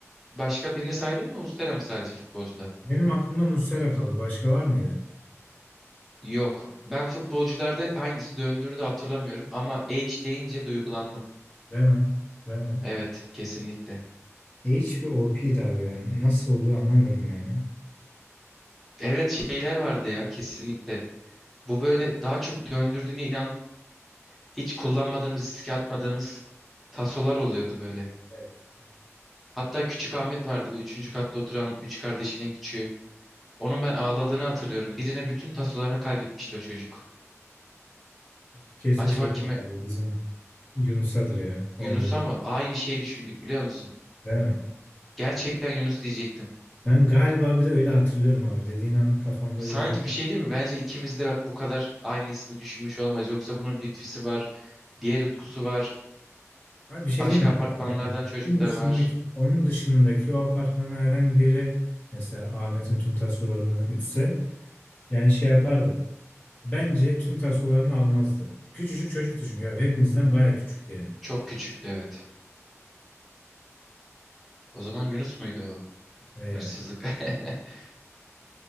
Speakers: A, in the centre; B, on the left.
A: başka birini saydın mı? Mustera mı sadece futbolcuda?
B: Benim aklımda Muslera kaldı. Başka var mıydı?
A: Yok. Ben futbolcularda hangisi döndürdü hatırlamıyorum ama H deyince duygulandım.
B: Değil mi? Değil mi?
A: Evet, kesinlikle.
B: Edge bir OP'ydi abi yani. Nasıl oluyor anlamıyorum yani.
A: Evet şeyler vardı ya kesinlikle. Bu böyle daha çok döndürdüğüne inan hiç kullanmadığımız, riske atmadığımız tasolar oluyordu böyle.
B: Evet. evet.
A: Hatta Küçük Ahmet vardı bu üçüncü katta oturan üç kardeşinin küçüğü. Onun ben ağladığını hatırlıyorum. Birine bütün tasolarını kaybetmişti o çocuk.
B: Uf, Kesin
A: Acaba
B: şeydir
A: kime?
B: abi bizim Yunus'adır ya. 11.
A: Yunus'a mı? Aynı şeyi düşündük biliyor musun?
B: Değil mi?
A: Gerçekten Yunus diyecektim.
B: Ben galiba bir de öyle hatırlıyorum abi. Dediğin an kafamda
A: Sanki
B: biraz
A: bir şey değil mi? Bence ikimiz de bak bu kadar aynı ismi düşünmüş olmaz. Yoksa bunun Lütfi'si var, diğer Utku'su var,
B: Abi bir şey
A: başka
B: diyeyim mi?
A: apartmanlardan
B: Yani
A: çocuklar
B: onun dışındaki,
A: var.
B: onun dışındaki o apartmana herhangi biri mesela Ahmet'in tüm tasolarını ütse yani şey yapardı. Bence tüm tasolarını almazdı. Küçücük çocuktu çünkü abi. Hepimizden baya küçüktü yani.
A: Çok küçüktü evet. O zaman Yunus muydu o?
B: Ve
A: Hırsızlık. <laughs>